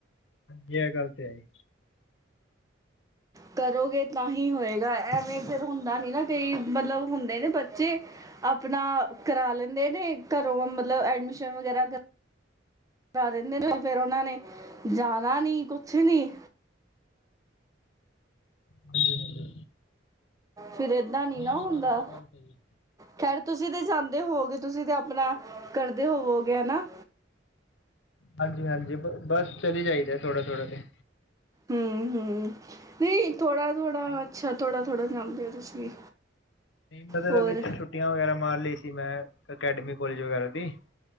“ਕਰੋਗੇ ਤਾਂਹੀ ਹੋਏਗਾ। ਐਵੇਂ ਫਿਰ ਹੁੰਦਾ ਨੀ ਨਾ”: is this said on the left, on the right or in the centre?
Right